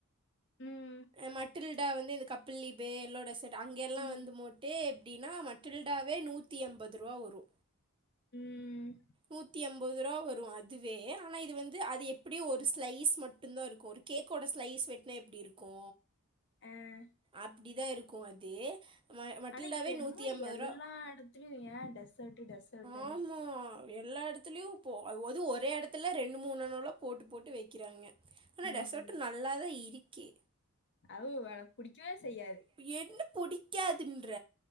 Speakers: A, on the left (about 55°); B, on the right (about 25°).
A: ம்
B: மட்டில்டா வந்து இந்த கப்பில் லீபே எல்லோட செட் அங்க எல்லா
A: ம்
B: வந்து மோ டே எப்படின்னா மட்டில்டாவே நூத்தி எண்பரூபா வரு
A: ம்
B: நூத்தி அம் முப்பதுருவா வரு அதுவே ஆனா இது வந்து அது எப்படி ஒரு ஸ்லைஸ் மட்டு தா இருக்கு ஒரு கேக்கோட ஸ்லைஸ் வெட்டனா எப்டி இருக்கு
A: ஆ
B: அப்டிதா இருக்கு அது ம மட்டில்டாவே
A: ஆனா இப்ப
B: நூத்தி
A: என்னமோ
B: எம்பது
A: எல்லா
B: ரூவா
A: இடத்துலயும் ஏன் டெசர்ட் டெசர்ட்ன்னு
B: ஆமா எல்லா எடத்துலயு போ அது ஒரே எடத்துல ரெண்டு மூணுணணலா போட்டு போட்டு வக்கிறாங்க ஆனா
A: ம்
B: ரெசார்ட்டு நல்லாதா இருக்கி
A: வு எனக்கு புடிக்கவே செய்யாது
B: இப்ப என்ன புடிக்காதுன்ற